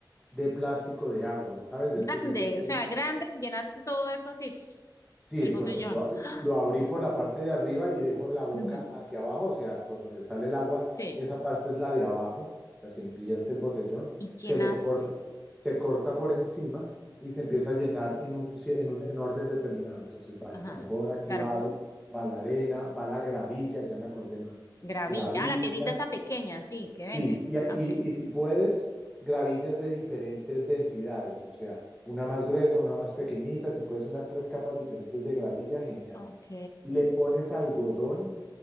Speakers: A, in the centre; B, on the left.
A: de plástico de agua, ¿sabes? De
B: Grande,
A: estos de 5
B: o sea,
A: litros.
B: grande, llenaste todo eso así, pss,
A: Sí,
B: el
A: entonces
B: botellón.
A: lo,
B: <gasps> Ah,
A: lo abrí por la parte de arriba y dejo la boca
B: ujú,
A: hacia abajo, o sea, por donde sale el agua,
B: Sí,
A: esa parte es la de abajo, o sea, se invierte el botellón,
B: y llenaste.
A: se le corta, se corta por encima y se empieza a llenar en un, cie- en un en orden determinado. Entonces va el
B: Ajá.
A: carbón activado,
B: Carbón.
A: va la arena, va la gravilla, ya me acordé el nombre,
B: Gravilla.
A: gravilla,
B: Ah, la piedrita esa pequeña, sí, que
A: Sí,
B: venden.
A: y, a-
B: Ah,
A: y-
B: Ok.
A: y si puedes, gravillas de diferentes densidades, o sea, una más gruesa, una más pequeñita, si puedes unas tres capas diferentes de gravilla, genial.
B: Ok,
A: Le pones algodón,